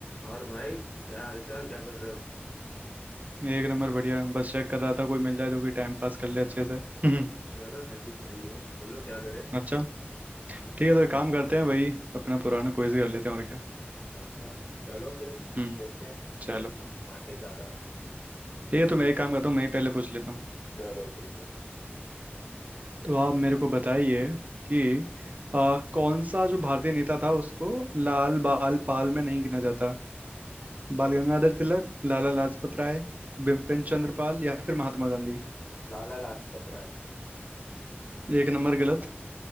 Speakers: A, on the left; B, on the right.
A: और भाई क्या हालचाल क्या कर रहे हो
B: एक नंबर बढ़िया बस चेक कर रहा था कोई मिल जाए जो कि टाइम पास कर ले अच्छे से हम्म
A: चलो मैं भी फ्री हूँ बोलो क्या करे
B: अच्छा
A: हाँ
B: ठीक है तो एक काम करते हैं भाई अपना पुराना क्विज कर लेते हैं और क्या
A: अच्छा चलो फिर
B: हम्म
A: देखते हैं
B: चलो
A: कौन स्मार्ट है ज्यादा
B: ठीक है
A: शुरू
B: तो मैं एक काम करता हूँ मैं ही पहले पूछ लेता हूँ
A: चलो ठीक है
B: तो आप मेरे को बताइए कि आ, कौन सा जो भारतीय नेता था उसको लाल बाल पाल में नहीं गिना जाता बाल गंगाधर तिलक लाला लाजपत राय बिपिन चंद्र पाल या फिर महात्मा गांधी
A: लाला लाजपत राय
B: एक नंबर गलत